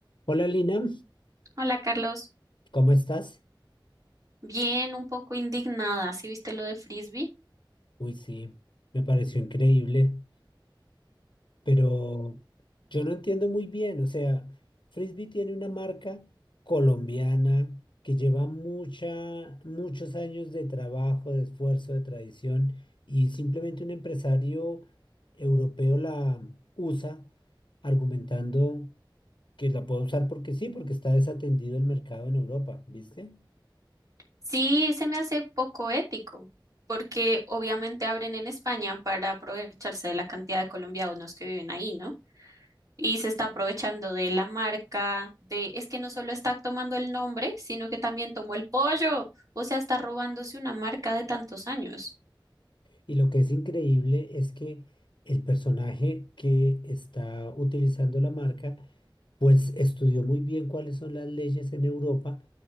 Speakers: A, on the left; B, on the right.
A: Hola Lina,
B: Hola Carlos,
A: ¿cómo estás?
B: bien, un poco indignada, ¿sí viste lo de Frisbee?
A: Uy, sí, me pareció increíble, pero yo no entiendo muy bien, o sea, Frisbee tiene una marca colombiana que lleva mucha, muchos años de trabajo, de esfuerzo, de tradición, y simplemente un empresario europeo la usa argumentando que la puede usar porque sí, porque está desatendido el mercado en Europa, ¿viste?
B: Sí, se me hace poco ético, porque obviamente abren en España para aprovecharse de la cantidad de colombianos que viven ahí, ¿no? Y se está aprovechando de la marca, de, es que no solo está tomando el nombre, sino que también tomó el pollo, o sea, está robándose una marca de tantos años.
A: Y lo que es increíble es que el personaje que está utilizando la marca, pues estudió muy bien cuáles son las leyes en Europa